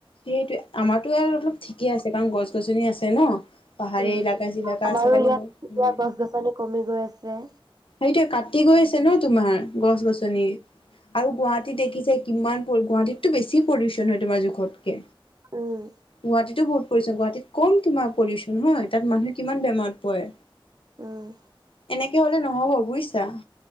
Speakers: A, on the left (about 70°); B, on the right (about 45°).
A: সেইটোৱে আমাৰতো আৰু অলপ ঠিকে আছে কাৰণ গছ গছনি আছে ন পাহাৰীয়া
B: উম
A: এলেকা চিলাকা
B: আমাৰো
A: আছে কাৰণে
B: ইয়াত
A: ইমান
B: এতিয়া
A: নাই
B: গছ গছনি কমি গৈ আছে
A: এতিয়া কাটি গৈ আছে ন তোমাৰ গছ গছনিৰ আৰু গুৱাহাটীত দেখিছে কিমান গুৱাহাটীততো বেছি পলিউচন হয় তোমাৰ জোখতকে।
B: উম,
A: গুৱাহাটীতো বহুত গুৱাহাটীত কম তোমাৰ পলিউচন হয় তাত মানুহে কিমান বেমাৰত পৰে।
B: উম,
A: এনেকে হ'ল হ'ব বুজিছা।